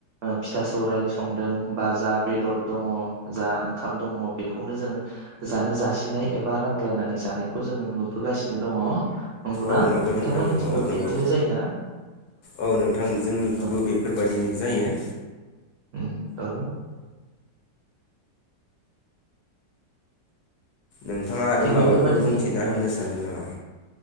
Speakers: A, on the right; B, on the left.
A: फिथा सौराय संदों बा जा बेदर दङ जा ओंखाम दङ बेखौनो जोङो जानो जासिनाय एबा रानलायनानै जानायखौ जोङो नुबोगासिनो दङ। नंगौना
B: औ नंगौ
A: नोंथांमोननिथिंबो
B: नोंथां नंगौ औ नंगौ
A: बिब्दिनो जायोना
B: औ नोंथां जोंनिखौबो
A: औ
B: बेफोरबायाददिनो जायो।
A: उम औ।
B: नोंथाङा आरो
A: थिग बेफोरबायदिनो
B: माबाफोर बुंथिना
A: औ
B: होनो सानदों नामा?